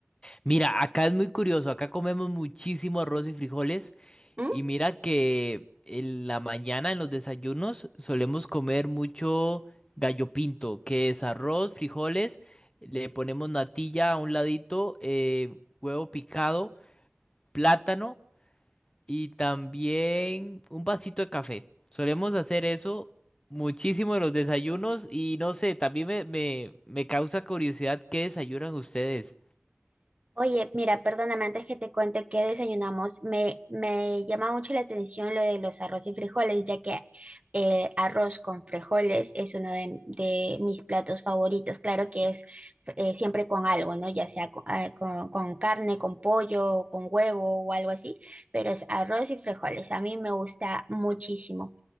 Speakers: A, on the left; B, on the right.
A: Mira, acá es muy curioso, acá comemos muchísimo arroz y frijoles
B: ¿Mm?
A: y mira que en la mañana en los desayunos solemos comer mucho gallo pinto, que es arroz, frijoles, le ponemos natilla a un ladito, eh, huevo picado, plátano y también un vasito de café. Solemos hacer eso muchísimo en los desayunos y no sé, también me, me, me causa curiosidad qué desayunan ustedes.
B: Oye, mira, perdóname antes que te cuente qué desayunamos. Me, me llama mucho la atención lo de los arroz y frijoles, ya que eh, arroz con frijoles es uno de, de mis platos favoritos. Claro que es eh, siempre con algo, ¿no? Ya sea co- ah, con, con carne, con pollo, o con huevo o algo así, pero es arroz y frijoles. A mí me gusta muchísimo.